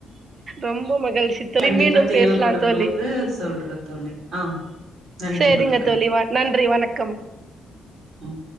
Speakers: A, on the right (about 45°); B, on the right (about 65°).
A: ரொம்ப மகிழ்ச்சித் தோழி
B: கண்டிப்பா
A: மீண்டும்
B: தேவைப்படும்
A: பேசலாந் தோழி
B: போது சொல்றே தோழி ஆ நன்றி
A: சேரிங்கத்
B: வணக்கம்
A: தோழி வ நன்றி வணக்கம்
B: ம்